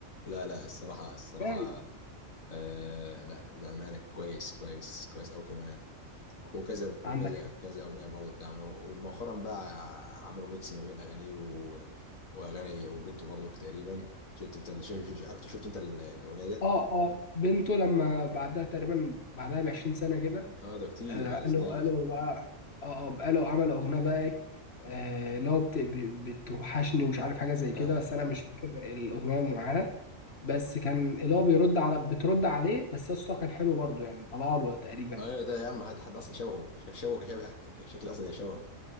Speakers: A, on the left (about 85°); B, on the left (about 50°).
A: لا لا الصراحة الصراحة
B: كان
A: آه لا بأمانة كويس كويس كويس أوي كمان وكذا وكذا
B: عندك حق
A: كذا أغنية برضه بتعملوا ومؤخرا بقى عملوا ميكس ما بين أغانيه و- وأغاني وبنته برضه تقريبا شفت أنت اللي شفت عرفت شفت أنت ال- الأغنية ده؟
B: أه أه بنته لما بعدها تقريبا بعدها بعشرين سنة كده
A: أه ده كتير
B: آه
A: بعد
B: قالوا
A: سنين
B: قالوا بقى أه أه قالوا عملوا أغنية بقى إيه، آه، اللي هو بت- بت- بتوحشني ومش عارف حاجة زي
A: اه
B: كده بس أنا مش فاكر الأغنية معاها بس كان اللي هو بيرد على بترد عليه بس يا اسطى كان حلو برضه يعني طلع له تقريبا يعني
A: ايوه ده يا عم حد حد اصلا شبهه ش- شبهه كشبه ك- كشكل اصلا يعني شبهه